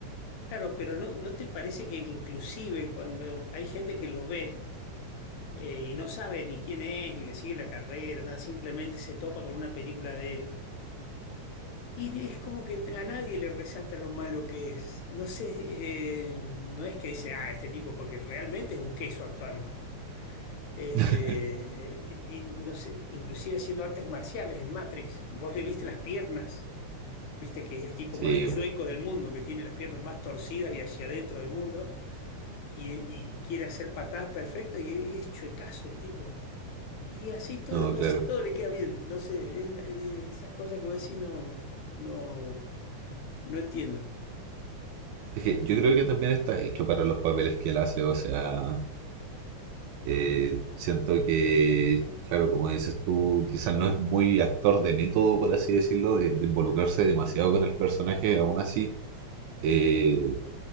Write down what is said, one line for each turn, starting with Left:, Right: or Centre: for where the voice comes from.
Left: claro, pero ¿no, no te parece que inclusive cuando hay gente que lo ve eh, y no sabe ni quién es, ni le sigue la carrera, nada, simplemente se topa con una película de él y es como que a nadie le resalta lo malo que es? No sé, eh, no es que dice, ah, este tipo, porque realmente es un queso actuando. Este,
Right: <laughs>
Left: y- y no sé, inclusive haciendo artes marciales en Matrix, vos le viste las piernas viste que es el tipo
Right: Sí,
Left: más chueco
Right: po.
Left: del mundo, que tiene las piernas más torcidas y hacia adentro del mundo, y, y quiere hacer patadas perfectas y, y es chuecazo el tipo. Y así todo,
Right: no,
Left: no
Right: claro.
Left: sé, todo le queda bien, no sé, es una- eh, esas cosas que voy a decir no, no, no entiendo.
Right: Es que yo creo que también está hecho para los papeles que él hace, o sea, Eh, siento que, claro, como dices tú, quizás no es muy actor de método, por así decirlo, de, de involucrarse demasiado con el personaje, aún así, eh,